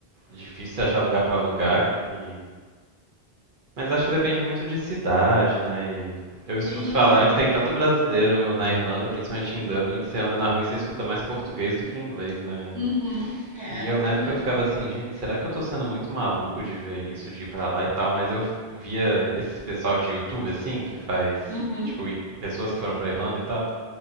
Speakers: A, on the right; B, on the left.
A: difícil achar lugar pra alugar. E... Mas acho que depende muito de cidade, né? E eu escuto
B: Sim,
A: falarem
B: é.
A: que tem tanto brasileiro na Irlanda, principalmente em Dublin, que você anda na rua e você escuta mais português do que inglês, né?
B: Uhum. É,
A: E
B: ela
A: eu
B: tá
A: lembro
B: em Dublin.
A: que eu ficava assim, gente, será que eu tô sendo muito maluco de ver isso, de ir pra lá e tal? Mas eu via esse pessoal de YouTube, assim, que faz,
B: Uhum.
A: tipo, i- pessoas que foram pra Irlanda e tal.